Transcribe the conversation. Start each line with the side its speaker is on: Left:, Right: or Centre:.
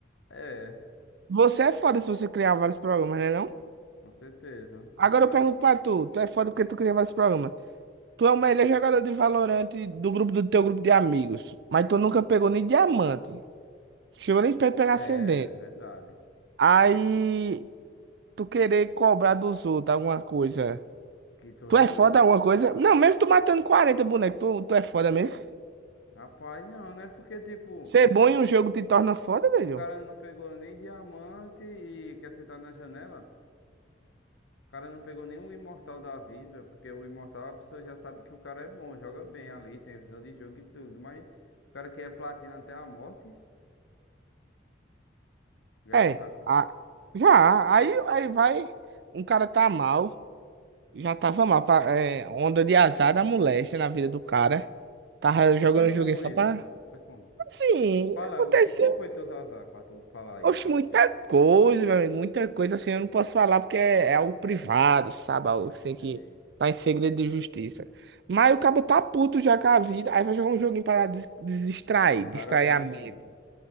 Left: É,
Right: Você é foda se você criar vários programas, né não?
Left: com certeza.
Right: Agora
Left: Mas.
Right: eu pergunto pra tu, tu é foda porque tu cria vários programas. Tu é o melhor jogador de Valorant do grupo do teu grupo de amigos, mas tu nunca pegou nem diamante. Chegou nem perto de pegar
Left: É,
Right: ascendente.
Left: verdade.
Right: Aí tu querer cobrar dos outros alguma coisa.
Left: Que tu
Right: Tu
Left: nem.
Right: é foda alguma coisa? Não, mesmo tu matando 40 bonecos, tu, tu é foda mesmo.
Left: Rapaz, não, né? Porque, tipo,
Right: Ser bom
Left: o,
Right: em um jogo te torna foda, velho.
Left: o cara não pegou nem diamante e quer sentar na janela. O cara não pegou nenhum imortal da vida, porque o imortal a pessoa já sabe que o cara é bom, joga bem ali, tem visão de jogo e tudo, mas o cara que é platina até a morte, já
Right: É,
Left: pensar assim.
Right: a- já. Aí, aí vai. Um cara tá mal. Já tava mal. pra- é, onda de azar da moléstia na vida do cara. Tava jogando
Left: Foi
Right: um
Left: como
Right: joguinho só
Left: isso,
Right: pra.
Left: mano? Foi como?
Right: Assim,
Left: Fala,
Right: aconteceu.
Left: o que, qual foi teus azar pra tu falar
Right: Oxe,
Left: isso
Right: muita
Left: assim?
Right: coisa, meu amigo. Muita coisa assim. Eu não posso falar porque é, é algo privado, sabe?
Left: Ah,
Right: Algo assim
Left: entendi.
Right: que tá em segredo de justiça. Mas o cabo tá puto já com a vida. Aí vai jogar um joguinho pra des- distrair,
Left: E o
Right: distrair
Left: cara vem,
Right: a mente.